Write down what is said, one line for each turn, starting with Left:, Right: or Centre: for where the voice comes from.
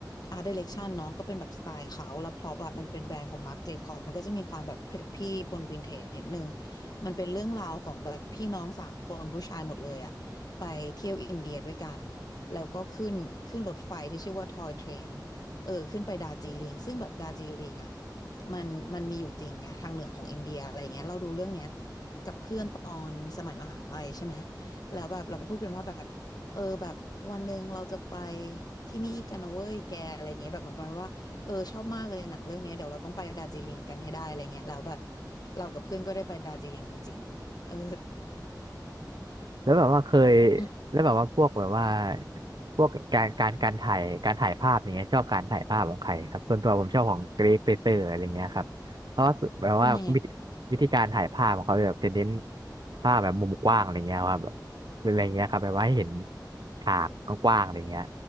Left: art direction เนาะก็เป็นแบบสไตล์เขาแล้วพร็อพอะมันเป็นแบรนด์ของ Marc Jacob มันก็จะมีความแบบ preppy ปนวินเทจนิดนึงมันเป็นเรื่องราวของแบบพี่น้องสามคนผู้ชายหมดเลยอะไปเที่ยวอินเดียด้วยกันแล้วก็ขึ้นขึ้นรถไฟที่ชื่อว่า Toy Train เออขึ้นไปดาร์จิลิงซึ่งแบบดาร์จิลิงอะมันมันมีอยู่จริงไงทางเหนือของอินเดียอะไรเงี้ยเราดูเรื่องเนี้ยกับเพื่อนตอนสมัยมหาลัยใช่ไหมแล้วแบบเราก็พูดกันว่าแบบ เออแบบวันหนึ่งเราจะไปที่นี่กันนะเว้ยแกอะไรเงี้ยแบบเหมือนประมาณว่าเออชอบมากเลยหนังเรื่องเนี้ยเดี๋ยวเราต้องไปดาร์จิลิงกันให้ได้อะไรเงี้ยแล้วแบบเรากับเพื่อนก็ได้ไปดาร์จิลิงจริงๆเออ
Right: แล้วแบบว่าเคย
Left: อืม
Right: แล้วแบบว่าพวกแบบว่าพวกการการการถ่ายการถ่ายภาพอย่างเงี้ยชอบการถ่ายภาพของใครครับส่วนตัวผมชอบของเกรกเปเตอร์อะไรเงี้ยครับเพราะว่าแบบว่าวิธีวิธีการถ่ายภาพของเขาแบบจะเน้น
Left: เป็นยังไง
Right: ภาพแบบมุมกว้างอะไรเงี้ยครับแบบอะไรเงี้ยครับแบบว่าให้เห็นฉากกว้างๆอะไรเงี้ย